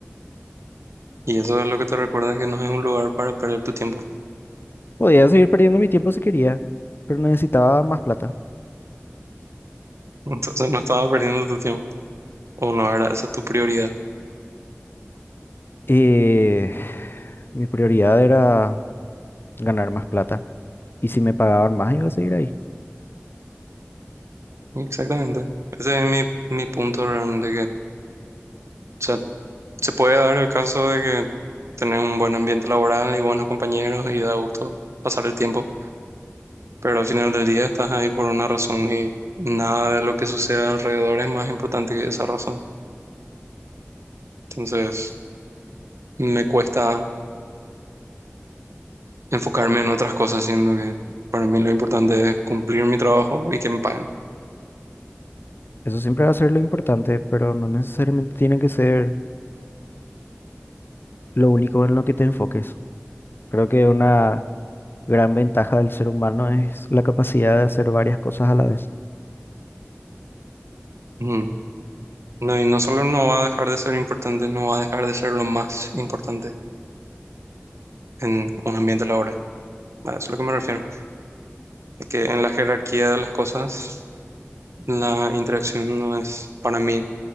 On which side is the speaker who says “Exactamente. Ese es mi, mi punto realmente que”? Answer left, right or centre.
Right